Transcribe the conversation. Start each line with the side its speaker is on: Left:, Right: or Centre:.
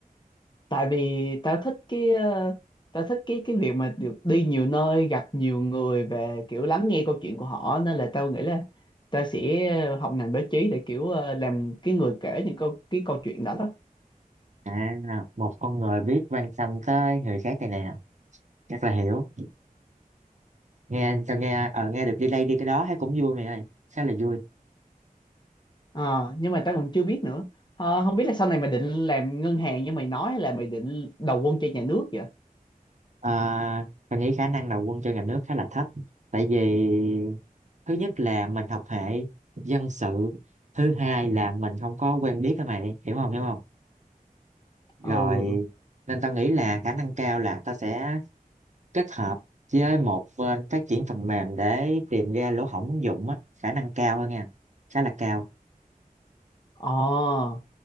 Left: tại vì tao thích cái ờ, tao thích cái cái việc mà được đi nhiều nơi gặp nhiều người và kiểu lắng nghe câu chuyện của họ nên là tao nghĩ là tao sẽ ờ, học ngành báo chí để kiểu ờ, làm cái người kể những câu cái câu chuyện đó đó
Right: à một con người biết quan tâm tới người khác này nè chắc là hiểu nghe tao nghe ở nghe được đi đây đi cái đó thấy cũng vui mày ơi khá là vui
Left: Ờ, nhưng mà tao còn chưa biết nữa Ờ, không biết là sau này mày định làm ngân hàng như mày nói hay là mày định đầu quân cho nhà nước vậy
Right: À, mình nghĩ khả năng đầu quân cho ngành nước khá là thấp tại vì thứ nhất là mình học hệ dân sự thứ hai là mình không có quen biết các mày hiểu không hiểu không rồi
Left: ừ
Right: nên tao nghĩ là khả năng cao là tao sẽ kết hợp với một bên phát triển phần mềm để tìm ra lỗ hổng ứng dụng á khả năng cao hơn nha khá là cao
Left: ờ